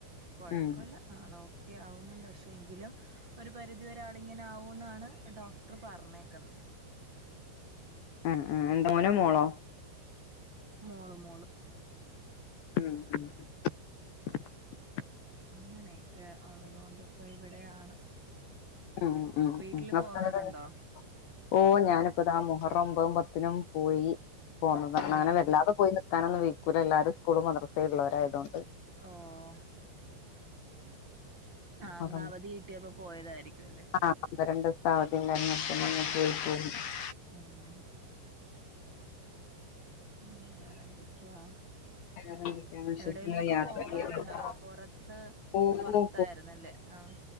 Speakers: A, on the right; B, on the left.
A: കുഴപ്പൊല്ല
B: ഉം
A: ആള് ഒക്കെ ആവുന്നുണ്ട് ക്ഷെ എങ്കിലും ഒരു പരിധി വരെ ആള് ഇങ്ങനെ ആവൂന്നാണ് ഡോക്ടർ പറഞ്ഞേക്കുന്ന
B: ഉം ഉം മോനോ മോളോ
A: മോള് മോള്
B: ഉം ഉം <unintelligible>
A: ഇങ്ങനെയൊക്കെ ഉള്ളതുകൊണ്ട് ഇപ്പൊ ഇവിടെയാണ്
B: ഉം ഉം
A: വീട്ടില്
B: ഉം <unintelligible>
A: പോകാറുണ്ടോ
B: ഓഹ് ഞാനിപ്പ ദാ മുഹറം ഒമ്പതും പത്തിനും പോയി പോകുന്നതാണ്
A: ഉം
B: അങ്ങനെ
A: ഉം
B: വല്ലാതെ പോയി നിക്കാനൊന്നും വൈക്കുലല്ലോ എല്ലാരും സ്കൂളും മദ്രസേം ഉള്ളവരായതുകൊണ്ട്
A: ഓഹ്
B: മുഹറം
A: ആഹ് ഇന്ന് അവധി കിട്ടിയപ്പോ പോയതായിരിക്കും അല്ലേ
B: ആഹ് ഒന്നരണ്ട് ദിവസത്തെ അവധിണ്ടാരുന്ന് അ <unintelligible>
A: ഉം ഉം വേറെന്തൊക്കെയാ
B: വേറെ എന്തൊക്കെയാണ് വിശേഷങ്ങള്
A: എവിടേലും ഒക്കെ
B: യാത്ര
A: പോകാറുണ്ടൊ
B: ചെയ്യലുണ്ടോ
A: ആഹ് പുറത്ത്
B: പോക്കും
A: പുറത്തായിരുന്നല്ലേ ആഹ്